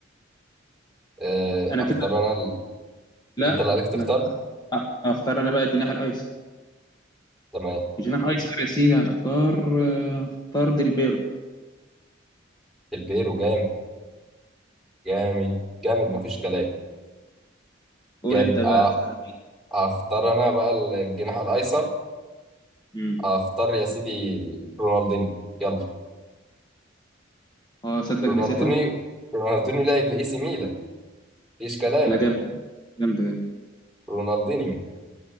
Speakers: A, in the centre; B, on the left.
A: آه،
B: انا
A: اختار
B: كده
A: انا ال...
B: لا
A: انت اللي عليك تختار
B: انا هختار انا بقى الجناح الايسر
A: تمام
B: الجناح الايسر يا سيدي هختار آه، هختار ديلبيرو
A: البيرو جامد جامد جامد مفيش كلام
B: قول
A: جامد
B: انت بقى
A: آه،
B: تختار
A: اختار انا بقى الجناح الايسر
B: امم
A: اختار يا سيدي رونالدينيو يلا
B: اه صدق
A: رونالدينيو
B: نسيته
A: رونالدينيو لاعب لاي سي ميلان مفيش كلام
B: لا جامد جامد جامد
A: رونالدينيو